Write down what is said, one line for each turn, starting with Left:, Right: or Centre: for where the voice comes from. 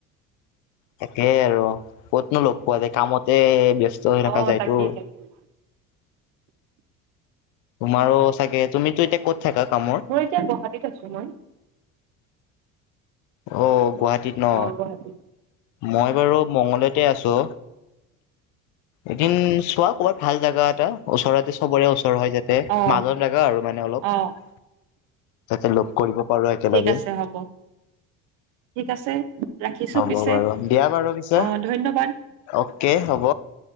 Left: তাকেই আৰু কতনো লগ পোৱা যায়, কামতে ব্যস্ত হৈ ৰখা
Right: অ',
Left: যায়টো।
Right: তাকেই তাকেই
Left: তোমাৰো চাগে, তুমিতো এতিয়া ক'ত থাকা কামৰ?
Right: মই এতিয়া গুৱাহাটীত আছো মই।
Left: অ', গুৱাহাটীত ন,
Right: অ', গুৱাহাটীত।
Left: মই বাৰু মংগলদৈতে আছো। এদিন চোৱা ক'ৰবাত ভাল জেগা এটা ওচৰতে চবৰে ওচৰ হয় যা া
Right: অ',
Left: মাজৰ জেগা আৰু মানে অলপ
Right: অ',
Left: তাতে লগ কৰিব পাৰো একেলগে।
Right: ঠিক আছে হ'ব। ঠিক আছে, ৰাখিছো
Left: হ'ব
Right: পিছে,
Left: বাৰু দিয়া বাৰু পিছে
Right: আহ ধন্যবাদ।
Left: অ'কে হ'ব,